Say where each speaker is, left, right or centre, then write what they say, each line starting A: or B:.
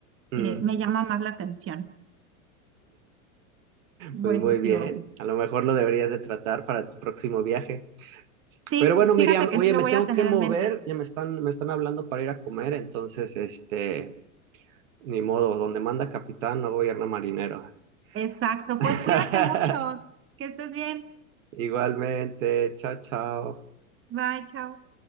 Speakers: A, on the right; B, on the right.
A: Mm,
B: eh, me llama más la atención. Buenísimo.
A: Pues muy bien, a lo mejor lo deberías de tratar para tu próximo viaje.
B: Sí,
A: Pero bueno,
B: fíjate
A: Miriam,
B: que
A: oye,
B: sí lo
A: me
B: voy
A: tengo
B: a tener
A: que mover,
B: en mente.
A: ya me están, me están hablando para ir a comer, entonces, este, ni modo, donde manda capitán no gobierna marinero.
B: Exacto.
A: <laughs>
B: Pues cuídate mucho. Que estés bien.
A: Igualmente, chao, chao.
B: Bye, chao.